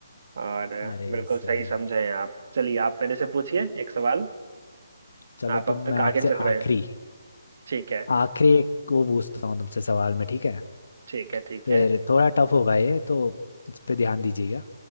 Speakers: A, on the right; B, on the left.
A: और
B: अरे
A: बिल्कुल
B: सर
A: सही समझे हैं आप चलिए आप मेरे से पूछिए एक सवाल
B: चलो
A: आप अब
B: तो मैं
A: तक
B: आपसे
A: आगे चल रहे
B: आखिरी
A: हैं ठीक है
B: आखिरी एक वो पूछता हूँ तुमसे सवाल में ठीक है
A: ठीक है ठीक
B: फिर
A: है
B: थोड़ा टफ होगा ये तो इस पे ध्यान दीजिएगा